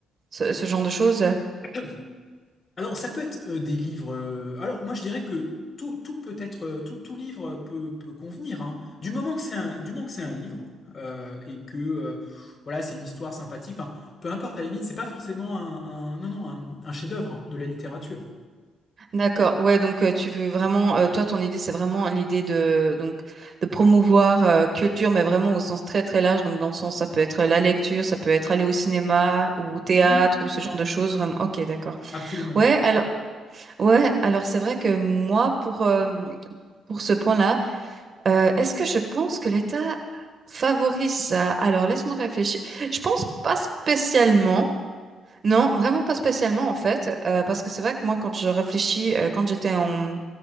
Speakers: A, on the right; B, on the left.
A: ce, ce genre de choses?
B: <coughs> Alors ça peut être euh, des livres. euh, alors moi je dirais que tout, tout peut être, euh, tout, tout livre peut, peut convenir. hein. Du moment que c'est un, du moment que c'est un livre euh, et que euh, voilà c'est une histoire sympathique. Enfin peu importe à la limite, c'est pas forcément un, un- non non un, un chef-d'œuvre de la littérature.
A: D'accord. Ouais, donc euh, tu veux vraiment, euh, toi, ton idée, c'est vraiment l'idée de donc de promouvoir euh, culture, mais vraiment au sens très très large. Donc dans le sens, ça peut être la lecture, ça peut être aller au cinéma ou au théâtre
B: Oui,
A: ou ce genre de choses. Vraiment. Ok, d'accord.
B: absolument.
A: Ouais. Alors, ouais. Alors c'est vrai que moi, pour euh, pour ce point-là, euh, est-ce que je pense que l'État favorise ça? Alors laisse-moi réfléchir. Je pense pas spécialement. Non, vraiment pas spécialement en fait, euh, parce que c'est vrai que moi, quand je réfléchis, euh, quand j'étais en